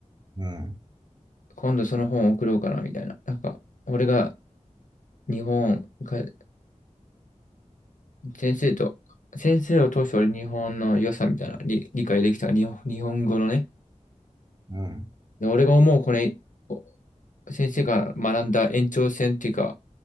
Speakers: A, on the right; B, on the left.
A: うん。
B: 今度その本送ろうかな、みたいな。なんか、俺が日本が、先生と、先生を通して俺日本の良さみたいな、理、理解できた日本、日本語のね。
A: うんうん。
B: で、俺が思う、これ、お先生が学んだ延長線っていうか、